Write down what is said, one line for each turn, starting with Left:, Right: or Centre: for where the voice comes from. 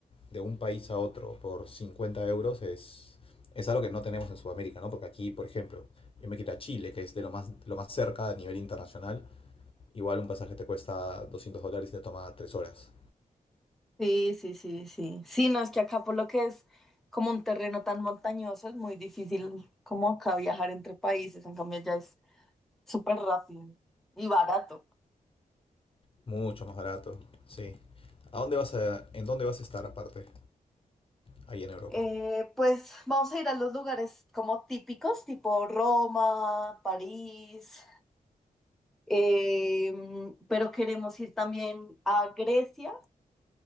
Left: de un país a otro por 50 euros es, es algo que no tenemos en Sudamérica, ¿no? Porque aquí, por ejemplo, yo me quito a Chile, que es de lo más, lo más cerca a nivel internacional, igual un pasaje te cuesta 200 dólares y te toma 3 horas.
Centre: Sí, sí, sí, sí. Sí, no es que acá por lo que es como un terreno tan montañoso, es muy difícil como acá viajar entre países. En cambio, ya es súper rápido y barato.
Left: Mucho más barato, sí. ¿A dónde vas a, en dónde vas a estar aparte? Ahí en Europa.
Centre: Eh, pues vamos a ir a los lugares como típicos, tipo Roma, París, eh, pero queremos ir también a Grecia,